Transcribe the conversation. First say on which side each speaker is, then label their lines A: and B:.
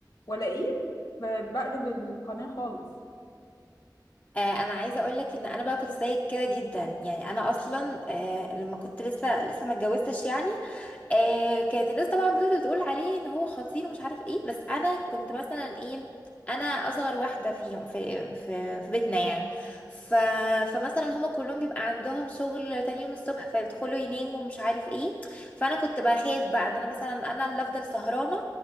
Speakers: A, on the left; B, on the left.
A: والاقيه ب- بقلب القناة خالص
B: آه، انا عايزه اقول لك ان انا بقى كنت زيك كده جدا يعني انا اصلا آه، لما كنت لسه لسه ما اتجوزتش يعني آه، كانت الناس طبعا بتفضل تقول عليه ان هو خطير ومش عارف ايه بس انا كنت مثلا ايه انا اصغر واحده فيهم في في في بيتنا يعني ف فمثلا هما كلهم بيبقى عندهم شغل تاني يوم الصبح فيدخلوا يناموا ومش عارف ايه فانا كنت بخاف بقى ان انا مثلا انا اللي افضل سهرانه